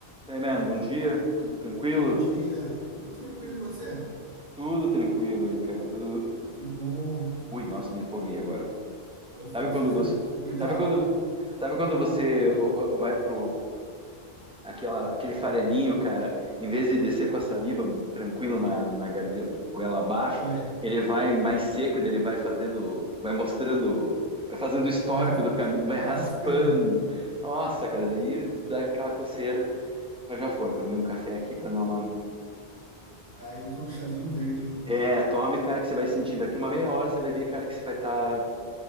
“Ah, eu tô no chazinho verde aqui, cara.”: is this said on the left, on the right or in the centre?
Right